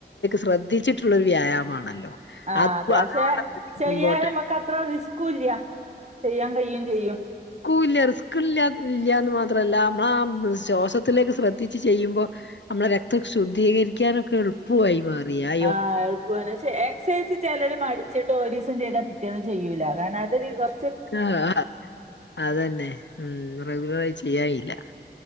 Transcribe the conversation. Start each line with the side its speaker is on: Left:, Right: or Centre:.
Left: ശ്രദ്ധിച്ചിട്ടുള്ളൊരു വ്യായാമാണല്ലോ
Right: ആ
Left: അത്
Right: അതെ
Left: വളരെ
Right: പക്ഷെ ചെയ്യാല
Left: ഇമ്പോർട്ടന്റ്
Right: നമക്ക് അത്ര റിസ്കുംല്ല ചെയ്യാൻ കഴിയും ചെയ്യും
Left: ക്കുല്ല റിസ്ക്ല്ല ഇല്ലയന്ന് മാത്രല്ല നമ്മള ആ ശ്വാസത്തിലേക്ക് ശ്രദ്ധിച്ച് ചെയ്യുമ്പോ നമ്മള രക്തം ശുദ്ധീകരിക്കാനൊക്കെള്ളൂ പൂവയി മാറിയല്
Right: ആഹ് എളുപു ക്ഷെ എക്സസൈസ് ചിലര് മരിച്ചിട്ട് ഓരീസം ചെയ്താ പിറ്റേന്ന് ചെയ്യൂല്ല അതാണ് ഇവർ
Left: ആഹാ ഹാ അതന്നെ ഉം റെഗുലറായി ചെയ്യാറില്ല